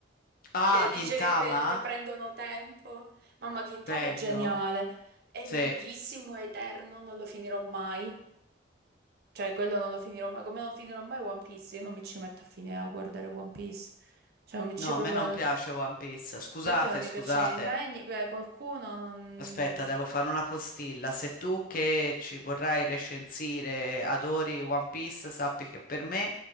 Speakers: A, on the left; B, on the right.
A: ah,
B: che dice
A: Gintama,
B: che, pe- che prendono tempo. Mamma, Gintama
A: bello,
B: è geniale, è
A: sì.
B: lunghissimo, è eterno, non lo finirò mai. Cioè, quello non lo finirò mai, come non finirò mai One Piece, io non mi ci metto a finire a guardare One Piece. Cioè, non mi ci
A: No,
B: proprio...
A: a me non piace One Piece. Scusate,
B: parte non mi
A: scusate.
B: piacciono i disegni, eh, qualcuno non...
A: Aspetta,
B: <laughs>
A: devo fare una postilla. Se tu che ci vorrai recensire adori One Piece, sappi che per me